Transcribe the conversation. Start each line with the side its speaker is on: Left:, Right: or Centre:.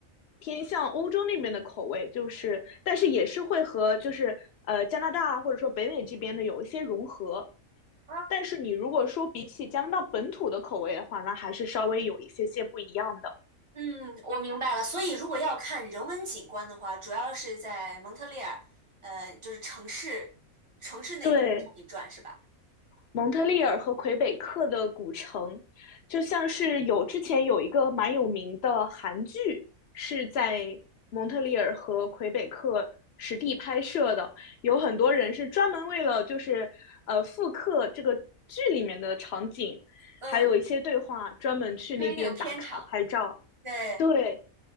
Left: 偏向欧洲那边的口味，就是但是也是会和就是呃加拿大或者说北美这边的有一些融合。
Right: 啊。
Left: 但是你如果说比起加拿大本土的口味的话，那还是稍微有一些些不一样的。
Right: 嗯，我明白了。所以，如果要看人文景观的话，主要是在蒙特利尔，呃，就是城市城市那边转一转，
Left: 对，
Right: 是吧？
Left: 蒙特利尔和魁北克的古城，就像是有之前有一个蛮有名的韩剧是在蒙特利尔和魁北克实地拍摄的，有很多人是专门为了就是呃复刻这个剧里面的场景，
Right: 嗯，
Left: 还有一些对话，专门去那边打卡拍照。
Right: 追那个片场。对，
Left: 对，